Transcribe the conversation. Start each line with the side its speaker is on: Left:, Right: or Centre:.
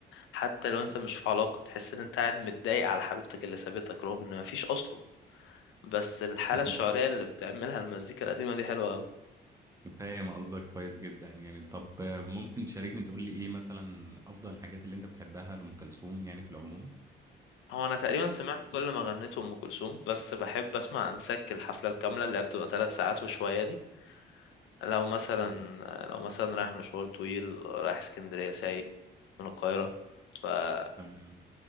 Left: حتى لو انت مش في علاقة تحس ان انت قاعد متضايق على حبيبتك اللي سابتك رغم ان مفيش اصلا بس الحالة
Right: <laughs>
Left: الشعرية اللي بتعملها المزيكا القديمة دي حلوة قوي
Right: فاهم قصدك كويس جدا يعني طب ممكن تشاركني تقول لي إيه مثلا أفضل الحاجات اللي أنت بتحبها لأم كلثوم يعني في العموم
Left: هو انا تقريبا سمعت كل ما غنيته ام كلثوم بس بحب اسمع انسك الحفله الكامله اللي هي بتبقى ثلاث ساعات وشويه دي لو مثلا
Right: مم.
Left: لو مثلا رايح مشوار طويل رايح اسكندريه سايق من القاهره فتشغل
Right: تمام